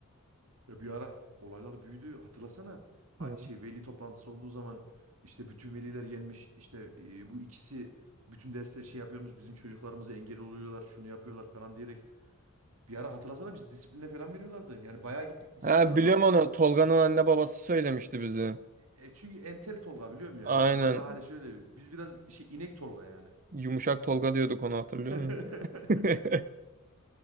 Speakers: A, on the right; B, on the right.
A: Ya bir ara olaylar büyüdü. Hatırlasana.
B: Hmm.
A: Ay- Şey veli toplantısı olduğu zaman işte bütün veliler gelmiş. İşte e, bu ikisi bütün derste şey yapıyormuş. Bizim çocuklarımıza engel oluyorlar. Şunu yapıyorlar falan diyerek. Bir ara hatırlasana biz disipline falan veriyorlardı. Yani bayağı gittik disipline
B: Ha,
A: ama
B: biliyorum onu. Tolga'nın anne babası söylemişti bize.
A: e, çünkü entel Tolga biliyorum yani.
B: Aynen.
A: Biraz daha hani şöyle biz biraz şey inek Tolga yani.
B: Yumuşak Tolga diyorduk onu hatırlıyor
A: <laughs>
B: musun? <laughs>